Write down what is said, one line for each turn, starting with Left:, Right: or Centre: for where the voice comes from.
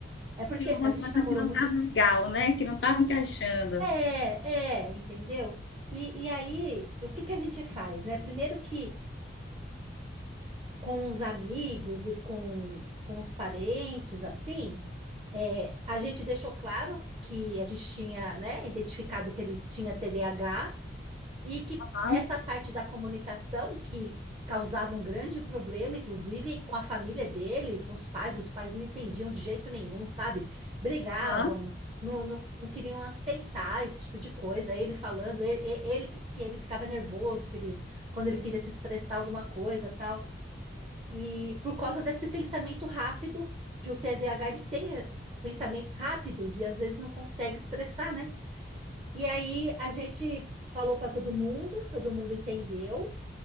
Right: É porque
Left: Tinha uma
Right: a gente
Left: coisa
Right: namorou
Left: que não
Right: muito,
Left: estava legal, né? Que não estava encaixando.
Right: é, é, entendeu? E, e aí, o que que a gente faz, né? Primeiro que com os amigos e com, com os parentes, assim, é, a gente deixou claro que a gente tinha, né, identificado que ele tinha TDAH, e que
Left: Aham,
Right: essa parte da comunicação que causava um grande problema, inclusive com a família dele, com os pais, os pais não entendiam de jeito nenhum, sabe? Brigavam,
Left: aham,
Right: não, não, não queriam aceitar esse tipo de coisa. Ele falando, ele, ele que que ele ficava nervoso, que ele, quando ele queria se expressar alguma coisa, tal. E por causa desse pensamento rápido, porque o TDAH ele tem eh, pensamentos rápidos e às vezes não consegue expressar, né? E aí a gente falou para todo mundo, todo mundo entendeu.